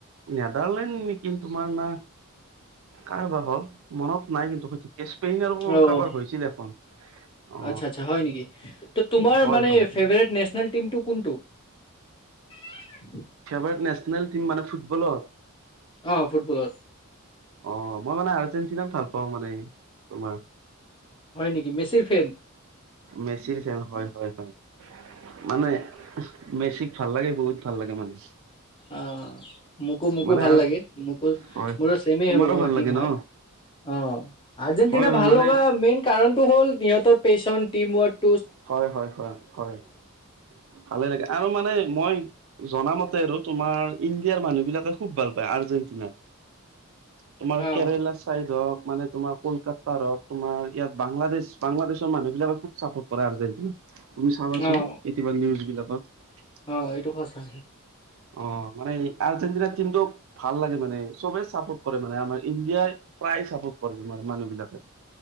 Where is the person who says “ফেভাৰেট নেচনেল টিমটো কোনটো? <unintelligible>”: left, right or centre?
Left